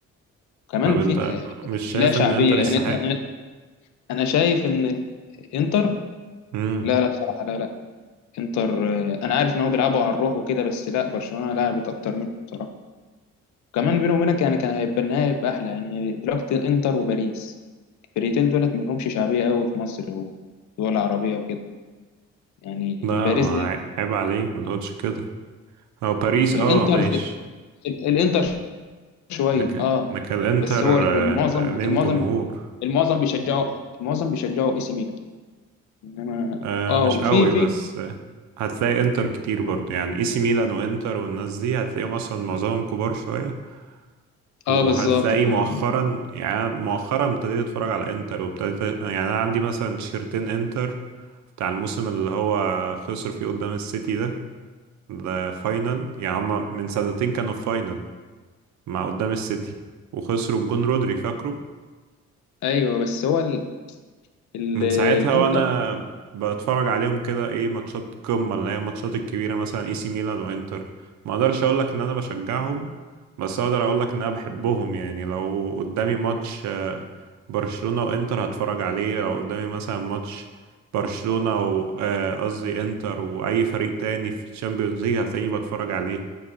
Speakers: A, on the left; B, on the right.
A: كمان
B: طب أنت
A: في
B: مش شايف
A: لا شعبية
B: إن إنتر يستحق؟
A: يعني انا أنا- أنا شايف ان انتر
B: امم
A: لا لا بصراحة لا لا انتر آه، انا عارف ان هو بيلعبوا على الروح وكده بس لا برشلونه لعبت اكتر منه بصراحه كمان بيني وبينك يعني كان هيبقى النهائي هيبقى احلى يعني دلوقتي انتر وباريس الفرقتين دولت ملهمش شعبيه قوي في مصر و- ولا عربيه وكده يعني
B: ده ما
A: باريس دي
B: عي- عيب عليك ما تقولش كده هو باريس
A: الانتر
B: أه ماشي
A: ال- الانتر شويه
B: لكن
A: اه
B: لكن الإنتر
A: بس هو المعظم
B: آه، ليهم
A: المعظم
B: جمهور
A: المعظم بيشجعوا المعظم بيشجعوا اي سي ميلان انما
B: آه،
A: اه
B: مش قوي
A: في في
B: بس آه، هتلاقي إنتر كتير برضه يعني إي سي ميلان وإنتر والناس دي هتلاقيهم أصلا معظمهم كبار شوية
A: اه
B: وهتلاقي
A: بالظبط كبار
B: مؤخرا يعني أنا مؤخرا ابتديت اتفرج على انتر وابتديت يعني انا عندي مثلا تيشرتين انتر بتاع الموسم اللي هو خسر فيه قدام السيتي ده ده فاينل يعني هما من سنتين كانوا في فاينل مع قدام السيتي وخسروا بجون رودري فاكره
A: ايوه بس هو ال... ال...
B: من ساعتها
A: الانتر
B: وانا بتفرج عليهم كده ايه ماتشات قمة اللي هي الماتشات الكبيرة مثلا اي سي ميلان وانتر ما اقدرش اقول لك ان انا بشجعهم بس اقدر اقول لك ان انا بحبهم يعني لو قدامي ماتش آه، برشلونة وانتر هتفرج عليه لو قدامي مثلا ماتش برشلونة و آه، قصدي انتر واي فريق تاني في الشامبيونز ليج هتلاقيني بتفرج عليه